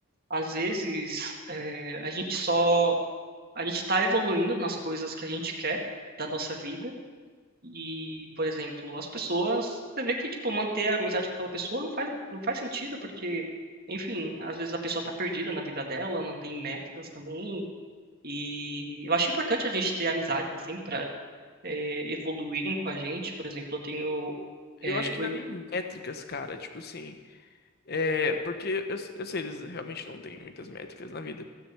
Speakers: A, on the right (about 50°); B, on the left (about 50°).
A: às vezes, é, a gente só a gente está evoluindo nas coisas que a gente quer da nossa vida. E, por exemplo, as pessoas, você vê que, tipo, manter a amizade com aquela pessoa não faz, não faz sentido, porque, enfim, às vezes a pessoa tá perdida na vida dela, não tem metas também. E eu acho importante a gente ter amizades, assim, pra eh, evoluírem com a gente. Por exemplo, eu tenho.
B: Eu
A: eh,
B: acho que
A: oi-
B: não é nem métricas, cara. Tipo assim, é. Porque eu, eu sei, eles realmente não têm muitas métricas na vida.